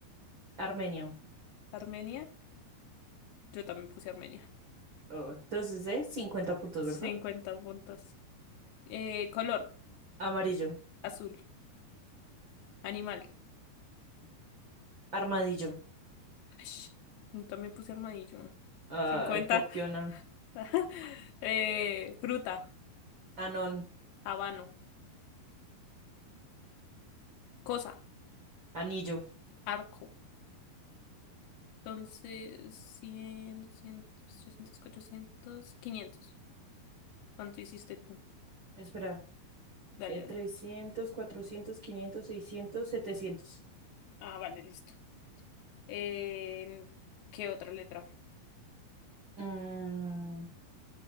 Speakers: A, on the right; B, on the left.
A: Armenia.
B: Armenia. Yo también puse Armenia.
A: Oh, Entonces, ¿eh? 50 puntos,
B: 50
A: ¿verdad?
B: puntos. Eh, color,
A: Amarillo.
B: azul. Animal.
A: Armadillo.
B: ash, yo también puse armadillo.
A: Ah,
B: 50.
A: Copiona.
B: <laughs> Eh, fruta,
A: Anón.
B: habano. Cosa,
A: Anillo.
B: arco. Entonces, cien doscientos trescientos cuatrocientos quinientos ¿Cuánto hiciste tú?
A: Espera.
B: Dale,
A: Eh,
B: dale.
A: trescientos, cuatrocientos, quinientos, seiscientos, setecientos.
B: Ah, vale, listo. Eh, ¿qué otra letra?
A: Mm,